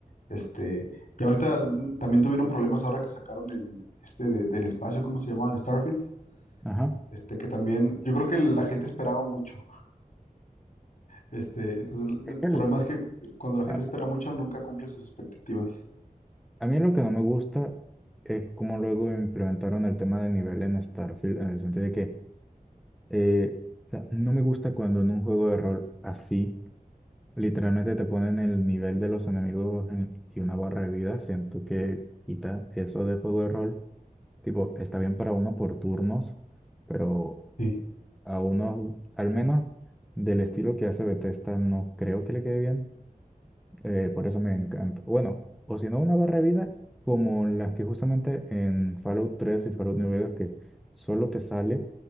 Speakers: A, on the left; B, in the centre.
A: Este, y ahorita mm, también tuvieron problemas ahora que sacaron el este de- del espacio, ¿cómo se llama? El Starfield.
B: Ajá.
A: Este, que también, yo creo que la gente esperaba mucho. Este, entonces el
B: Es
A: el problema
B: que el-
A: es que cuando la gente
B: a,
A: espera mucho, nunca cumple sus expectativas.
B: a mí lo que no me gusta es cómo luego implementaron el tema de nivel en Starfield, en el sentido de que eh, o sea, no me gusta cuando en un juego de rol así, literalmente te ponen el nivel de los enemigos en- y una barra de vida. Siento que quita eso de juego de rol. Tipo, está bien para uno por turnos, pero
A: Sí.
B: a unos, al menos del estilo que hace Bethesda, no creo que le quede bien. eh, por eso me encanta. Bueno, o si no, una barra de vida como las que justamente en Fallout 3 y Fallout New Vegas, que solo te sale